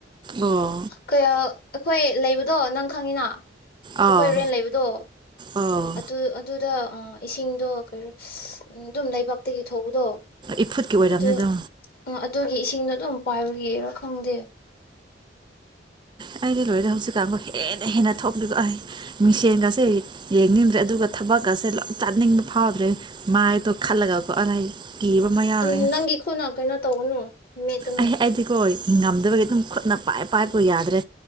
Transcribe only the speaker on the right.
ꯑꯣ
ꯑꯥ
ꯑꯥ
ꯏꯐꯨꯠꯀꯤ ꯑꯣꯏꯔꯝꯅꯤꯗꯣ
ꯑꯦ ꯑꯩꯗꯤ ꯂꯣꯏꯔꯦ ꯍꯧꯖꯤꯛꯀꯥꯟꯕꯨꯥꯎ ꯍꯦꯟꯅ ꯍꯦꯟꯅ ꯊꯣꯛꯂꯤꯕꯣ ꯑꯩ ꯃꯤꯡꯁꯦꯟꯒꯁꯦ ꯌꯦꯡꯅꯤꯡꯗ꯭ꯔꯦ ꯑꯗꯨꯒ ꯊꯕꯛꯀꯁꯦ ꯂꯣꯏ ꯇꯥꯅꯤꯡꯕ ꯐꯥꯎꯗ꯭ꯔꯦ ꯃꯥꯏꯗꯣ ꯈꯜꯂꯒꯀꯣ ꯑꯥꯏ ꯀꯤꯕ ꯑꯃ ꯌꯥꯎꯔꯛꯑꯦ
ꯑꯩ ꯑꯩꯗꯤꯀꯣ ꯉꯝꯗꯕꯒꯤ ꯑꯗꯨꯝ ꯈꯨꯠꯅ ꯄꯥꯏ ꯄꯥꯏꯄ ꯌꯥꯗ꯭ꯔꯦ